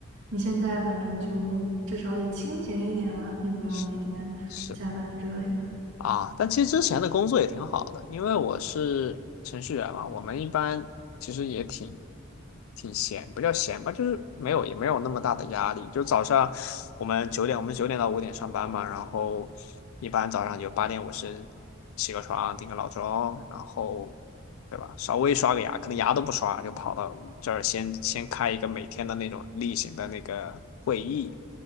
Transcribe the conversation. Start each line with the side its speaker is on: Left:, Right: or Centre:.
Right: 你现在反正就至少也清闲一点了，也不用每天加班之类的。
Left: 是是啊，但其实之前的工作也挺好的，因为我是程序员嘛，我们一般其实也挺挺闲，不叫闲吧，就是没有也没有那么大的压力，就早上我们九点，我们九点到五点上班嘛，然后一般早上就八点五十起个床，定个闹钟，然后。对吧？稍微刷个牙，可能牙都不刷，就跑到这儿先先开一个每天的那种例行的那个会议，